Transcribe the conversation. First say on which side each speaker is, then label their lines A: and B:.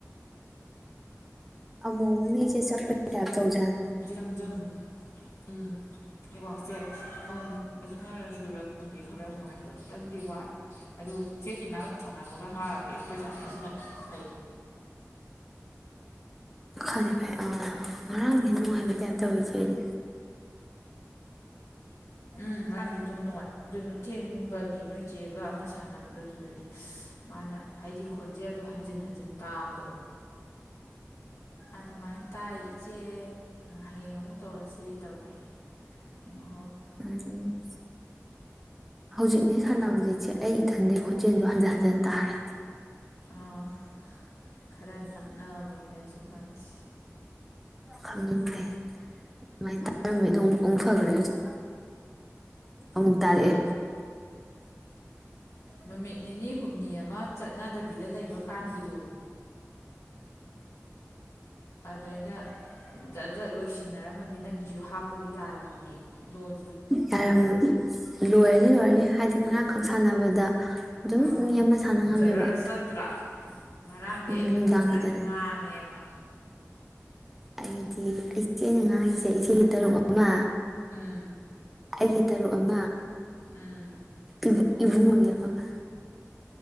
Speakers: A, in the centre; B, on the left.
A: ꯑꯃꯨꯃꯨꯌꯦ ꯆꯦ ꯆꯥꯛ
B: ꯁꯤꯁꯤꯁꯨ
A: ꯇꯣꯛꯄꯩ ꯇꯥꯞ ꯇꯧꯖꯥꯟ
B: ꯖꯝꯖꯝ ꯎꯝ ꯅꯦꯠꯋꯥꯛꯁꯦ ꯄꯥꯎ ꯐꯥꯎꯅꯔꯁꯨ ꯂꯥ ꯏ ꯈꯔ ꯅꯨꯡꯉꯥꯏꯕ ꯈꯤꯇꯪꯗꯤ ꯋꯥꯠꯂꯦ ꯑꯗꯨ ꯆꯦꯛꯒꯤꯅꯥꯒ ꯁꯥꯟꯅꯕ ꯅꯍꯥꯒꯤꯗꯤ ꯑꯩꯈꯣꯏ ꯁꯥꯟꯅꯩꯁꯤꯅ ꯐꯩ
A: ꯐꯔꯦ ꯐꯔꯦ ꯑꯥ ꯉꯔꯥꯡꯗꯤ ꯅꯨꯡꯉꯥꯏꯕꯩ ꯇꯥꯏꯞ ꯇꯧꯋꯤ ꯏꯆꯦ ꯑꯩꯗꯤ
B: ꯎꯝ ꯉꯔꯥꯡꯗꯤ ꯑꯗꯨꯝ ꯅꯨꯡꯉꯥꯏ ꯑꯗꯨ ꯊꯦꯡꯕ ꯅꯣꯏ ꯆꯦꯒ ꯑꯃ ꯁꯥꯟꯅꯕꯗꯣ ꯑꯗꯨꯗꯗꯤ ꯃꯥꯅ ꯑꯩꯒꯤ ꯈꯣꯟꯖꯦꯜꯗꯣ ꯍꯟꯖꯤꯟ ꯍꯟꯖꯤꯟ ꯇꯥꯕꯗꯣ ꯑꯗꯨꯃꯥꯏꯟ ꯇꯥꯏ ꯏꯆꯦ ꯍꯌꯦꯡ ꯑꯃꯨꯛ ꯇꯧꯔꯁꯤ ꯇꯧꯔꯛꯑꯦ ꯍꯥꯏꯅꯧ
A: ꯎꯝ ꯍꯧꯖꯤꯛꯅꯦ ꯁꯥꯟꯅꯕꯁꯦ ꯏꯆꯦ ꯑꯩ ꯏꯊꯟꯗꯩ ꯈꯣꯟꯖꯦꯜꯗꯣ ꯍꯟꯖꯟ ꯍꯟꯖꯟ ꯇꯥꯔꯦ
B: ꯑꯣ ꯈꯔ ꯅꯛꯅꯕꯩꯔꯁꯨ ꯈꯪꯗꯤ
A: ꯈꯪꯅꯤꯡꯉꯦ ꯑꯗꯨꯃꯥꯏꯅ ꯇꯥꯔꯤꯅꯦ ꯑꯗꯨ ꯑꯃꯨꯛ ꯐꯈ꯭ꯔꯦ ꯍꯧꯖꯤꯛ ꯑꯃꯨꯛ ꯇꯥꯔꯛꯑꯦ
B: ꯎ ꯅꯨꯃꯤꯠ ꯅꯤꯅꯤ ꯍꯨꯝꯅꯤ ꯑꯃ ꯆꯠꯅꯗꯕꯤꯗ ꯂꯩꯕ ꯀꯥꯟꯒꯤꯗꯨ ꯑꯗꯨꯗꯩꯗ ꯖꯠ ꯖꯠ ꯂꯣꯏꯁꯤꯟꯅꯔꯝꯃꯗꯤ ꯅꯪꯒꯤꯁꯨ ꯍꯥꯞꯄꯗꯨ ꯌꯥꯔꯝꯃꯗꯤꯂꯣꯏ
A: ꯇꯌꯝ ꯂꯣꯏ ꯑꯅꯤ ꯂꯣꯏꯔꯅꯤ ꯍꯥꯏꯗꯤ ꯉꯔꯥꯡꯈꯛ ꯁꯥꯟꯅꯕꯗ ꯑꯗꯨꯝ
B: ꯑ
A: ꯃꯤ ꯑꯃ ꯁꯥꯟꯅ ꯉꯝꯃꯦꯕ
B: ꯖꯔꯔ ꯆꯇ꯭ꯔꯥ ꯉꯔꯥꯡꯗꯤ
A: ꯎꯝ
B: ꯑꯩꯗꯤ
A: ꯅꯨꯡꯗꯥꯡ
B: ꯐꯖꯅ
A: ꯈꯤꯇꯅꯦ
B: ꯉꯥꯡꯉꯦꯕ
A: ꯑꯩꯗꯤ ꯏꯆꯦ ꯑꯩꯅ ꯉꯥꯡꯉꯤꯁꯦ ꯏꯆꯦꯒꯤ ꯇꯔꯨꯛ ꯑꯃ
B: ꯎꯝ
A: ꯑꯩꯒꯤ ꯇꯔꯨꯛ ꯑꯃ
B: ꯎꯝ
A: ꯏ ꯏꯕꯨꯉꯣꯒꯤ ꯑꯃꯒ